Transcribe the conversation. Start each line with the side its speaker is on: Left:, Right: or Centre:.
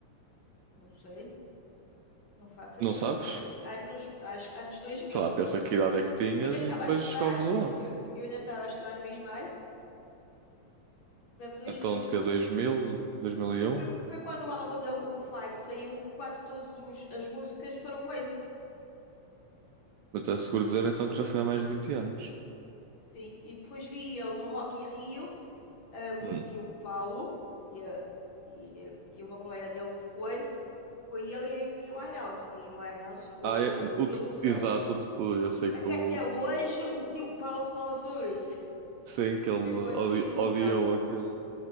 Left: não sei, não faço
Right: Não
Left: a mínima,
Right: sabes?
Left: mas anos, acho, que anos 2000.
Right: Sei lá, pensa que idade é que tinhas
Left: Eu ainda estava
Right: e depois
Left: a estudar
Right: descobres
Left: no,
Right: o
Left: Is-
Right: ano.
Left: eu, eu ainda estava a estudar no Ismael, portanto, 2000.
Right: Então, de que é dois mil, dois mil e
Left: E
Right: um
Left: foi, foi quando o álbum dele, o Five, saiu, que quase todas os- as músicas foram um êxito.
Right: Mas é seguro dizer então que já foi há mais de 20 anos.
Left: Sim, e depois vi ele no Rock in Rio, ah, com
Right: Hum.
Left: o tio Paulo e, a- e, e uma colega dele que foi, que foi ele e a Amy Winehouse. A Amy Winehouse foi
Right: Ah, é,
Left: uma desilusão.
Right: o t- exato, o t- o- eu sei que
Left: É que
Right: o,
Left: até hoje o tio Paulo fala sobre isso.
Right: sei que ele
Left: Foi uma
Right: odi-
Left: desilusão.
Right: odiou aquilo